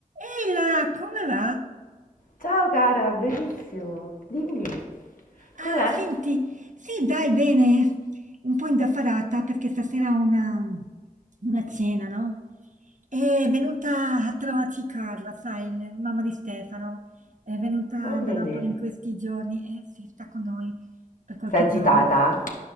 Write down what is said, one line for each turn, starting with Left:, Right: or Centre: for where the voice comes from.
Right: Ehi là, come va?
Left: Ciao cara, benissimo. Dimmi, com'è?
Right: Ah, senti, sì, dai, bene. Un po' indaffarata perché stasera ho una, una cena, no? È venuta a trovarci Carla, sai, il- mamma di Stefano. È venuta
Left: Va bene.
Right: da Napoli in questi giorni e si sta con noi per qualche
Left: Sei agitata?
Right: giorno.